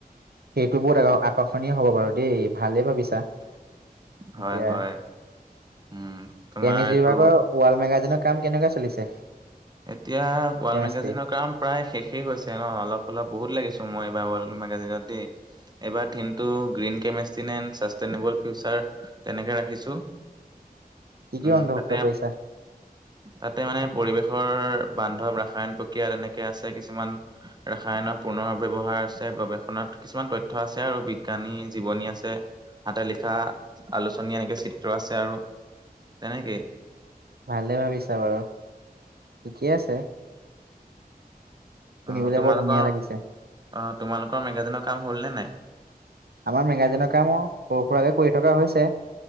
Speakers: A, on the right; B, on the right.
A: সেইটো বহুত আ আকৰ্ষণীয় হ'ব বাৰু দেই ভালেই ভাবিছা
B: হয়
A: এতিয়া
B: হয় উম তোমাৰ
A: কেমিষ্টি
B: এইটো
A: বিভাগৰ ৱাল মেগাজিনৰ কাম কেনেকোৱা চলিছে
B: এতিয়া ৱাল
A: কেমেষ্ট্ৰি
B: মেগাজিনৰ কাম প্ৰায় শেষেই হৈছে ন অলপ অলপ বহুত লাগিছো মই এইবাৰ ৱাল মেগাজিনত দেই এইবাৰ টিমটো গ্ৰীণ কেমেষ্টিনেল চাষ্টেইনেবল ফিউচাৰ তেনেকে ৰাখিছো
A: কি
B: উম
A: কি অন্তৰ্ভুক্ত
B: তাতে
A: কৰিছা
B: তাতে মানে পৰিৱেশৰ বান্ধৱ ৰাসায়ন প্ৰক্ৰিয়া তেনেকে আছে কিছুমান ৰাসায়নৰ পুনৰ ব্যৱহাৰ আছে গৱেষণাত কিছুমান তথ্য আছে আৰু বিজ্ঞানী জীৱনী আছে হাতে লিখা আলোচনী এনেকে চিত্ৰ আছে আৰু তেনেকেই
A: ভালে ভাবিছা বাৰু ঠিকে আছে শুনিবলৈ
B: অ তোমালোকৰ
A: বৰ ধুনীয়া লাগিছে
B: অ তোমালোকৰ মেগাজিনৰ কাম হ'ল নে নাই
A: আমাৰ মেগাজিনৰ কামো সৰু সুৰাকে কৰি থকা হৈছে